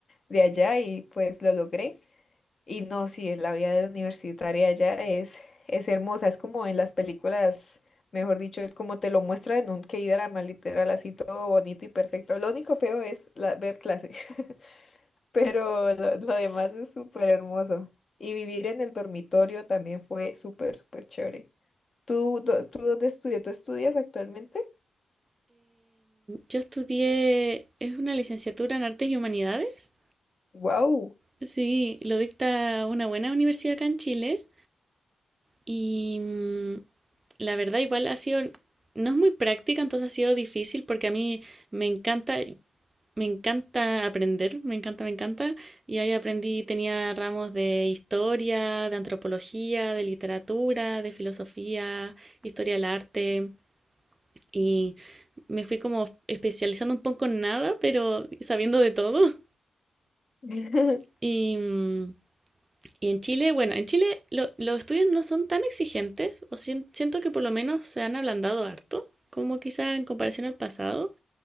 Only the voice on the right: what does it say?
yo estudié, es una licenciatura en Artes y Humanidades.
Sí, lo dicta una buena universidad acá en Chile y mm, la verdad igual ha sido, no es muy práctica, entonces ha sido difícil porque a mí me encanta, Me encanta aprender, me encanta, me encanta. Y ahí aprendí, tenía ramos de historia, de antropología, de literatura, de filosofía, historia del arte. Y me fui como especializando un poco en nada, pero sabiendo de todo.
Y, mm, y en Chile, bueno, en Chile lo- los estudios no son tan exigentes, o sien- siento que por lo menos se han ablandado harto, como quizá en comparación al pasado.